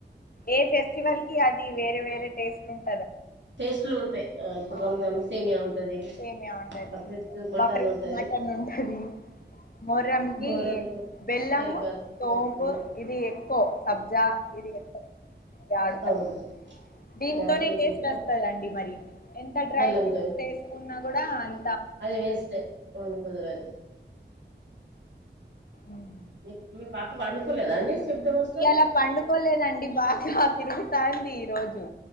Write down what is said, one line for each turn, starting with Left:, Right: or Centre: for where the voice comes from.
Left: ఏ ఫెస్టివల్ కి అది వేరే వేరే టేస్ట్ ఉన్
Right: టేస్ట్లు ఉంటాయి ఆ ఇప్పుడు
Left: అవును
Right: <unintelligible> సేమ్యా ఉంటది
Left: సేమియా ఉంటది
Right: బక్రీద్ కు మటన్
Left: బక్రీద్
Right: ఉంటది
Left: కి మటన్ ఉంటది మొహర్రం కి
Right: వారన్ ఒకసారి
Left: బెల్లము
Right: <unintelligible>
Left: సోంపు ఇది ఎక్కువ సబ్జా ఇది <unintelligible> యాడుంటరు
Right: అవునండి
Left: దీంతోనే
Right: గ్యార్మీకి
Left: చేస్కొస్తడండి
Right: మటన్
Left: మరి ఎంత డ్రై
Right: బెల్లంతోని
Left: ఫ్రూట్స్ ఏసుకున్నా కూడా అన్
Right: అది వేస్ట్ ఉండు కుదరదు
Left: ఉమ్.
Right: మీ మీ పాప పండుకోలేదా అండి శబ్దం వస్తా
Left: ఇయాల పండుకోలేదండి బాగా తిరుగుతాంది ఈ రోజు